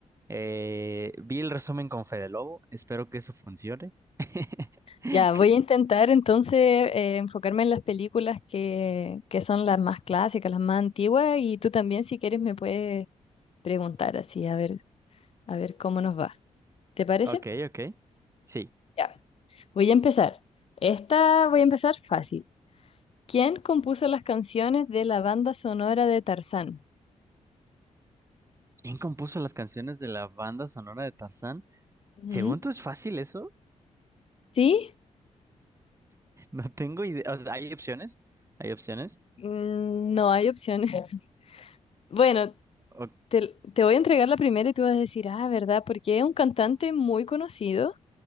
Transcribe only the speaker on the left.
Ya, voy a intentar entonces eh, enfocarme en las películas que, que son las más clásicas, las más antiguas, y tú también si quieres me puedes preguntar así, a ver, a ver cómo nos va. ¿Te parece?
Ya, voy a empezar. Esta voy a empezar fácil. ¿Quién compuso las canciones de la banda sonora de Tarzán?
Ujú.
¿Sí?
Mm, No hay opciones. <laughs> Bueno,
te, te voy a entregar la primera y tú vas a decir, ah, ¿verdad? Porque es un cantante muy conocido.